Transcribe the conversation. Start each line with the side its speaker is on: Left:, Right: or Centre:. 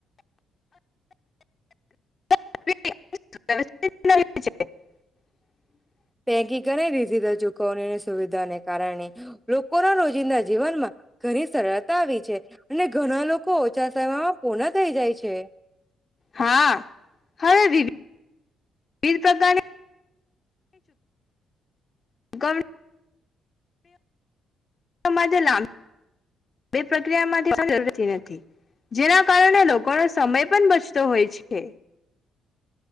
Left: છે <inaudible>
Centre: પૈકિક અને રિઝધલ <unintelligible> ચુકવણીની સુવિધાને કારણે લોકોના રોજિંદા જીવનમાં ઘણી સરળતા આવી છે અને ઘણા લોકો ઓછા સમયમાં પૂર્ણ થઈ જાય છે.
Left: હા, હવે દીદી <inaudible> વિવિધ પ્રકારની <inaudible> ગર્વ <inaudible> <inaudible> બે પ્રક્રિયામાંથી જરૂરતી નથી <unintelligible> જેના કારણે લોકોનો સમય પણ બચતો હોય છે.